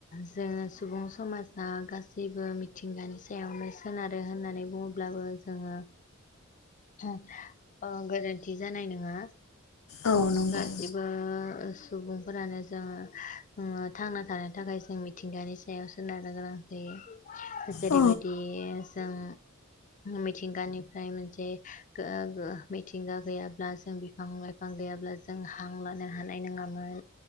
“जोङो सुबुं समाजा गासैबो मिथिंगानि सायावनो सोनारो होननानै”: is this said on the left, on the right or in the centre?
Left